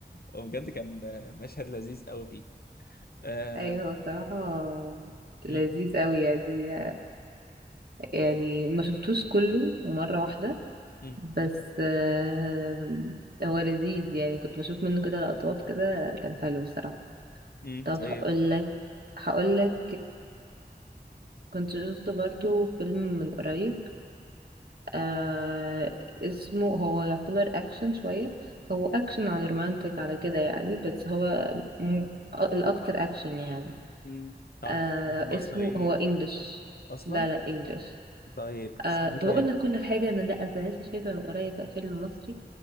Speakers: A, on the left (about 60°); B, on the right (about 65°).
A: وبجد كان مشهد لذيذ قوي فيه آه...
B: ايوه هو صراحة
A: م-
B: لذيذ قوي يعني يعني ما شفتوش كله مرة واحدة
A: م-
B: بس آه هو لذيذ يعني كنت بشوف منه كده لقطات كده كان حلو الصراحة
A: م-
B: طب
A: طيب
B: هقول لك هقول لك كنت شفت برضو فيلم من قريب آه اسمه هو يعتبر اكشن شوية هو اكشن على رومانتك على كده يعني بس هو م- الاكتر اكشن يعني
A: مم. طيب
B: آه
A: مصر
B: اسمه
A: ايه
B: هو انجلش
A: اصلا
B: لا لا انجلش
A: طيب
B: آه
A: اسمه
B: طب
A: ايه طيب
B: اقول لك كل حاجة انا لا انت لسه شايفة من قريب بقى فيلم مصري